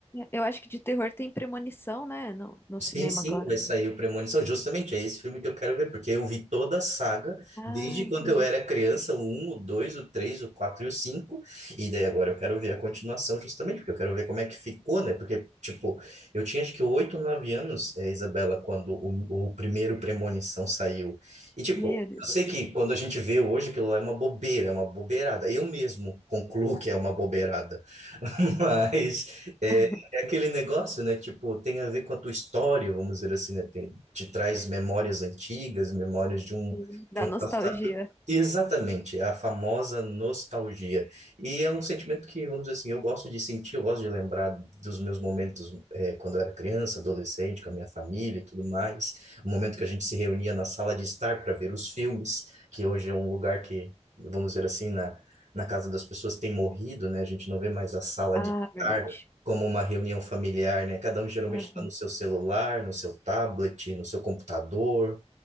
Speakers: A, on the left (about 20°); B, on the right (about 90°).
A: Eu acho que de terror tem premonição, né? No, no
B: Sim,
A: cinema
B: sim,
A: agora.
B: vai sair o Premonição. Justamente, é esse filme que eu quero ver, porque eu vi toda a saga,
A: Ah,
B: desde
A: entendi.
B: quando eu era criança, o um o 2 o 3 o 4 e o cinco e daí agora eu quero ver a continuação justamente, porque eu quero ver como é que ficou, né? Porque, tipo, eu tinha acho que 8, 9 anos, é, Isabela, quando o, o primeiro Premonição saiu. E, tipo,
A: Meu Deus.
B: eu sei que quando a gente vê hoje, aquilo lá é uma bobeira, é uma bobeirada. Eu mesmo concluo que é uma bobeirada, <laughs> mas... eh,
A: <laughs>
B: é aquele negócio, né? Tipo, tem a ver com a tua história, vamos dizer assim, né? Tem, te traz memórias antigas, memórias de um,
A: Sim. Da
B: de um
A: nostalgia.
B: passado. Exatamente, é a famosa nostalgia. E é um sentimento que, vamos dizer assim, eu gosto de sentir, eu gosto de lembrar dos meus momentos eh, quando eu era criança, adolescente, com a minha família e tudo mais. O momento que a gente se reunia na sala de estar para ver os filmes, que hoje é um lugar que, vamos dizer assim, na, na casa das pessoas tem morrido, né? A gente não vê mais a sala
A: Ah,
B: de estar
A: verdade.
B: como uma reunião familiar, né? Cada um geralmente
A: Aham.
B: está no seu celular, no seu tablet, no seu computador.